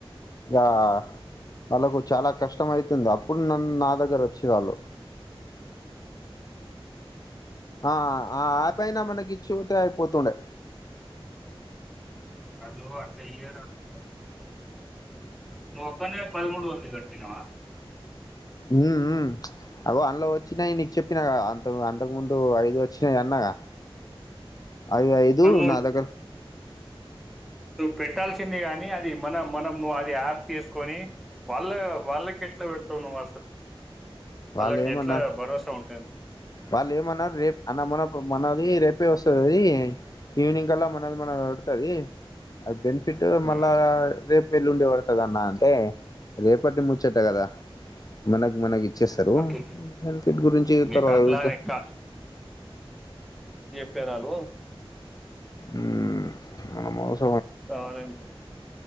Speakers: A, on the left; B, in the centre.
A: ఇగా తనకు చాలా కష్టం అయితుంది అప్పుడు నన్ నా దగ్గరోచ్చి రాళ్ళు ఆ ఆ ఆ పైన మనకి ఇచ్చిపోతే అయిపోతుండే
B: ఆల్లూ అట్లా ఇయరు ఆల్లూ <inaudible> నువ్ ఒక్కన్వే పదమూడు వందల్ కట్టినవా
A: వు వు అగో అందులో వచ్చినాయి నీకు చెప్పినాక అంత అంతకు ముందు ఐదు వచ్చినాయి అన్నాగా ఐ ఐదు
B: అసలు
A: నా దగ్గర
B: నువ్ పెట్టాల్సిందే గాని అది మన మనం నువ్వు అది యాప్ తీసుకొని వాళ్ళ వాళ్ళకెట్ ఎట్ల పెడుతవ్ నువ్ అసలు
A: వాల్లేమన్న
B: వాళ్ళకి ఎట్లా భరోసా ఉంటుంది
A: వాళ్ళేమన్నార్ రేప్ అన్న మనకు మన ది రేపే వస్సది అది ఈవినింగ్ కల్లా మనది మనదివడుతది అది బెని ఫిట్ మళ్ళా
B: ఉమ్,
A: రేపు వెళ్లుండి పడుతదన్నా అంటే రేపటి ముచ్చట కదా మనకు మనకి చ్చేస్తారు
B: అట్లా
A: బెనిఫిట్ గురించి
B: నీకు
A: తర్వాత
B: అట్లా
A: చూద్దాం
B: అని కా- కెరాలో
A: ఉమ్ మనం అవస్
B: అవునండి